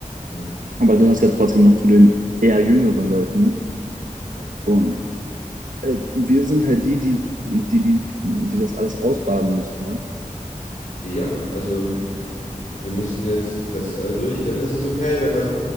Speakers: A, on the left; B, on the right.
A: Mhm.
B: aber du gehörst ja trotzdem noch zu den eher jüngeren Leuten.
A: Ja.
B: Und äh, wir sind halt die, die, die, die, die das alles ausbaden müssten. Ne?
A: Ja, also wir müssen jetzt das, also ich finde, das ist okay, wenn das,